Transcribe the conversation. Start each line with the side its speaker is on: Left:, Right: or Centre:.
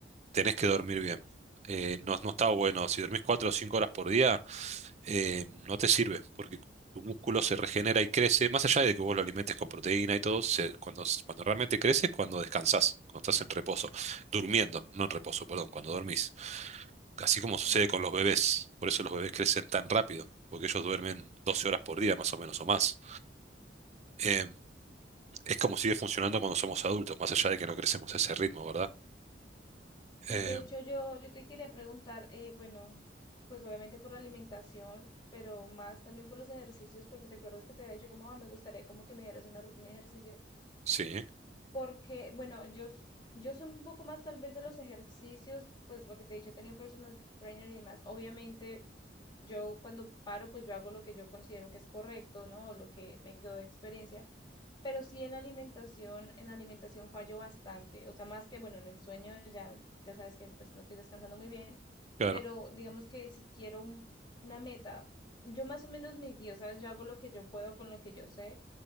Right: tenés que dormir bien. Eh, no, no está bueno, si dormís cuatro o cinco horas por día, eh, no te sirve, porque tu músculo se regenera y crece, más allá de que vos lo alimentes con proteína y todo, se- cuando, cuando realmente crece es cuando descansás, cuando estás en reposo, durmiendo, no en reposo, perdón, cuando dormís. Así como
Left: Sí,
Right: sucede con los bebés, por eso los bebés crecen tan rápido, porque ellos duermen 12 horas por día más o menos o más. Eh, es como sigue funcionando cuando somos adultos, más allá de que no crecemos a ese ritmo, ¿verdad?
Left: Sí,
Right: Eh,
Left: de hecho yo, yo te quería preguntar, eh, bueno, pues obviamente por la alimentación, pero más también por los ejercicios, porque te acuerdas que te había dicho como, "Ah, me gustaría como que me dieras una rutina de ejercicio.
Right: sí,
Left: Porque, bueno, yo, s- yo sé un poco más tal vez de los ejercicios, pues lo que te he dicho, he tenido personal trainer y demás. Obviamente, yo cuando paro, pues yo hago lo que yo considero que es correcto, ¿no? O lo que me quedó de experiencia. Pero sí en la alimentación, en la alimentación fallo bastante. O sea, más que, bueno, en el sueño ya, ya sabes que pues no estoy descansando muy bien,
Right: claro,
Left: pero digamos que si quiero un- una meta, yo más o menos me guío, ¿sabes? Yo hago lo que yo puedo con lo que yo sé